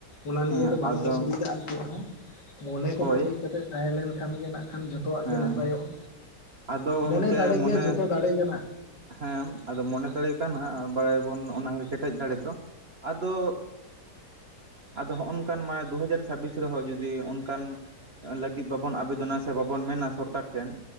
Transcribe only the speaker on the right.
ᱦᱮᱸ
ᱟᱫᱚ
ᱦᱳᱭ
ᱦᱮᱸ
ᱟᱫᱚ ᱜᱚᱢᱠᱮ
ᱢᱚᱱᱮ
ᱦᱮᱸ ᱟᱫᱚ ᱢᱚᱱᱮ ᱫᱟᱲᱮ ᱠᱟᱱᱟ ᱵᱟᱲᱟᱭᱵᱚᱱ ᱚᱱᱟᱱᱟᱜᱮ ᱠᱮᱴᱮᱡ ᱫᱟᱲᱮ ᱫᱚ᱾ ᱟᱫᱚ ᱟᱫᱚ ᱦᱚᱜᱼᱚ ᱱᱚᱝᱠᱟᱱ ᱢᱟᱱᱮ ᱫᱩ ᱦᱟᱡᱟᱨ ᱪᱷᱟᱵᱵᱤᱥ ᱨᱮᱦᱚᱸ ᱡᱩᱫᱤ ᱚᱱᱠᱟᱱ ᱞᱟᱹᱜᱤᱫ ᱵᱟᱵᱚᱱ ᱟᱵᱮᱫᱚᱱ ᱱᱟ ᱥᱮ ᱵᱟᱵᱚᱱ ᱢᱮᱱᱟ ᱥᱚᱨᱠᱟᱨ ᱴᱷᱮᱱ